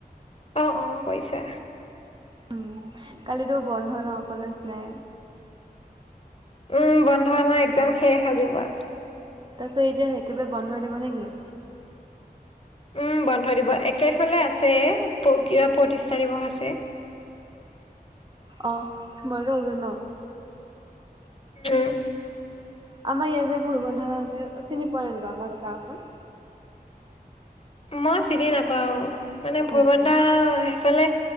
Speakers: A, on the left (about 35°); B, on the right (about 30°).
A: অ অ কৰিছা
B: উম, কালিতো বন্ধ ন। কলেজ নাই।
A: উম, বন্ধ আমাৰ এক্সাম শেষ আজিৰপৰা।
B: তাৰ পিছত এতিয়া একেবাৰে বন্ধ দিব নেকি?
A: উম, বন্ধ দিব। এক তাৰিখলৈ আছে কিবা প্ৰতিষ্ঠা দিৱস আছে।
B: অ' মজা হৈছে ন
A: উম।
B: আমাৰ ইয়াত যে ভোৰবন্ধা আহ যে চিনি পোৱা যেনিবা আমাৰ গাওঁখন।
A: মই চিনি নাপাওঁ মানে
B: নোপোৱা?
A: ভুৰবন্ধা সেইফালে